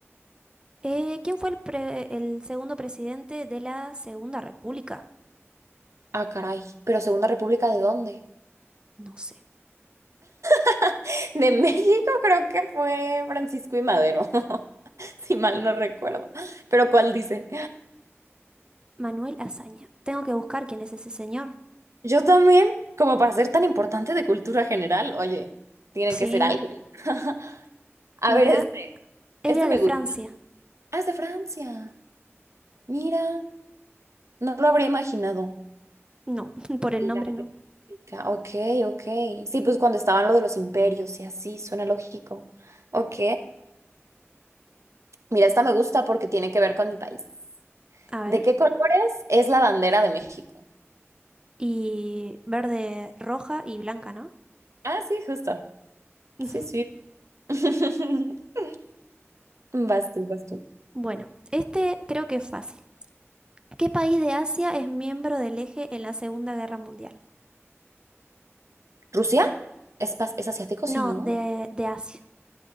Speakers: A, on the right (about 20°); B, on the right (about 80°).
A: eh, ¿quién fue el, pre- el segundo presidente de la Segunda República?
B: Ah, caray. ¿Pero Segunda República de dónde?
A: No sé.
B: <laughs> De México creo que fue Francisco y Madero, <laughs> si mal no recuerdo. Pero ¿cuál dice?
A: Manuel Azaña. Tengo que buscar quién es ese señor.
B: Yo también, como para ser tan importante de cultura general, oye, tiene
A: Sí,
B: que ser alguien. <laughs> A
A: mira,
B: ver, este,
A: Era
B: este me
A: de Francia.
B: gusta. Ah, es de Francia. Mira, no lo habría imaginado.
A: No, <laughs> por el nombre
B: La
A: no.
B: República. Ok, ok. Sí, pues cuando estaban lo de los imperios y así, suena lógico. Ok. Mira, esta me gusta porque tiene que ver con mi país.
A: A ver.
B: ¿De qué colores es la bandera de México?
A: Y verde, roja y blanca, ¿no?
B: Ah, sí, justo.
A: <laughs>
B: Sí, sí. <laughs> Vas tú, vas tú.
A: Bueno, este creo que es fácil. ¿Qué país de Asia es miembro del eje en la Segunda Guerra Mundial?
B: ¿Rusia? ¿Es, pas- es asiático?
A: No,
B: Sí, ¿no?
A: de, de Asia.